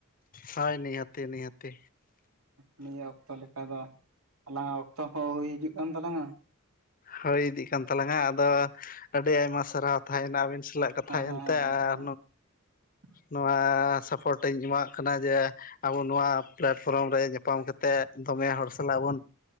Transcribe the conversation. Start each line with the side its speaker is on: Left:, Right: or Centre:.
Left: ᱦᱟᱭ ᱱᱤᱦᱟᱹᱛᱤ ᱱᱤᱦᱟᱹᱛᱤ
Right: ᱱᱤᱭᱟᱹ ᱚᱠᱛᱚ ᱞᱮᱠᱟ ᱫᱚ ᱟᱞᱟᱝᱟᱜ ᱚᱠᱛᱚ ᱦᱚᱸ ᱦᱩᱭ ᱦᱤᱡᱩᱜ ᱠᱟᱱ ᱛᱟᱞᱟᱝᱟ
Left: ᱦᱚᱭ ᱤᱫᱤᱜ ᱠᱟᱱ ᱛᱟᱞᱟᱝᱟ ᱟᱫᱚ ᱟᱹᱰᱤ ᱟᱭᱢᱟ ᱥᱟᱨᱦᱟᱣ ᱛᱟᱦᱮᱭᱮᱱᱟ ᱟᱹᱵᱮᱱ ᱥᱟᱞᱟᱜ ᱠᱟᱛᱷᱟᱭ
Right: ᱦᱮᱸ ᱦᱮᱸ
Left: ᱮᱱᱛᱮ ᱟᱨ
Right: <inaudible>
Left: ᱱᱚᱣᱟ ᱥᱟᱯᱳᱨᱴ ᱤᱧ ᱮᱢᱟᱣᱟᱜ ᱠᱟᱱᱟ ᱡᱮ ᱟᱵᱚ ᱱᱚᱣᱟ ᱯᱞᱮᱴᱯᱷᱨᱚᱢ ᱨᱮ ᱧᱟᱯᱟᱢ ᱠᱟᱛᱮᱫ ᱫᱚᱢᱮ ᱦᱚᱲ ᱥᱟᱞᱟᱜ ᱵᱚᱱ